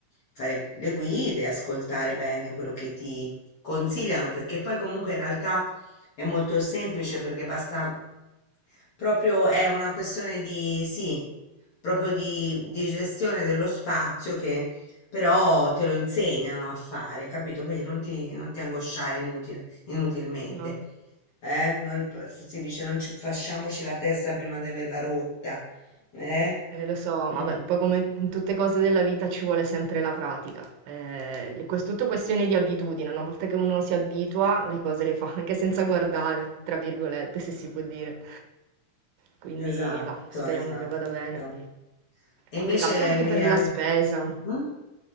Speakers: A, on the left (about 60°); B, on the right (about 90°).
A: fare le guide, ascoltare bene quello che ti consigliano, perché poi comunque in realtà è molto semplice perché basta proprio è una questione di sì, proprio di, di gestione dello spazio che però te lo insegnano a fare, capito? Quindi non ti, non ti angosciare inutile, inutilmente.
B: No.
A: Eh? Non, si dice non ci, facciamoci la testa prima di averla rotta. Eh?
B: Eh, lo so,
A: <laughs>
B: vabbè, poi come in tutte cose della vita ci vuole sempre la pratica. Eh, è tutto questione di abitudine, una volta che uno si abitua, le cose le fa anche senza guardare, tra virgolette, se si può dire. Quindi
A: Esatto,
B: va, speriamo
A: esatto.
B: che vada bene.
A: E invece
B: Ma più che altro anche
A: lì
B: per
A: al...
B: la spesa.
A: Mm?